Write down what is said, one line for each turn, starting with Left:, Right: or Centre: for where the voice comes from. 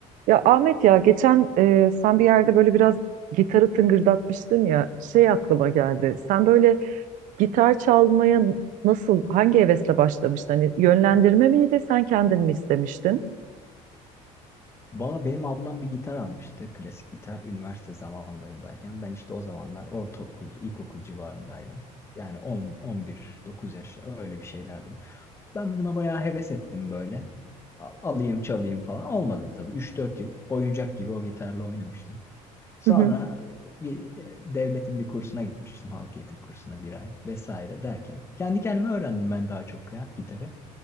Right: Ya Ahmet ya geçen e, sen bir yerde böyle biraz gitarı tıngırdatmıştın ya şey aklıma geldi. Sen böyle gitar çalmaya nasıl hangi hevesle başlamıştın? Hani yönlendirme miydi sen kendin mi istemiştin?
Left: Valla benim ablam bir gitar almıştı. Klasik gitar üniversite zamanlarındayken. Ben işte o zamanlar ortaokul, ilkokul civarındaydım. Yani 10, 11, 9 yaş öyle bir şeylerdim. Ben buna bayağı heves ettim böyle. Al- Alayım çalayım falan. Olmadı tabii. 3-4 yıl oyuncak gibi o gitarla oynamıştım. Sonra
Right: Hı hı.
Left: e, bir e, devletin bir kursuna gitmiştim. Halk eğitim kursuna bir ay vesaire derken. Kendi kendime öğrendim ben daha çok ya gitarı.